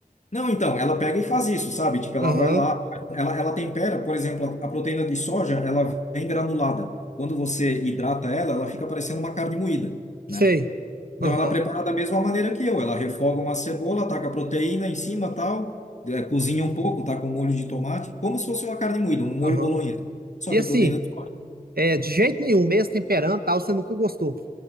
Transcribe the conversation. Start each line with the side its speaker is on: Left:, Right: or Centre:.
Left: Não, então, ela pega e faz isso, sabe? Tipo, ela
Right: Aham,
Left: vai lá, ela, ela tempera, por exemplo, a, a proteína de soja, ela vem granulada. Quando você hidrata ela, ela fica parecendo uma carne moída,
Right: sei.
Left: né? Então,
Right: Aham,
Left: ela prepara da mesma maneira que eu. Ela refoga uma cebola, taca a proteína em cima, tal, eh, cozinha um pouco, taca um molho de tomate, como se fosse uma carne moída, um molho
Right: aham.
Left: bolonhesa. Só
Right: E
Left: que
Right: assim,
Left: é proteína de soja.
Right: é, de jeito nenhum, mesmo temperando e tal, você nunca gostou.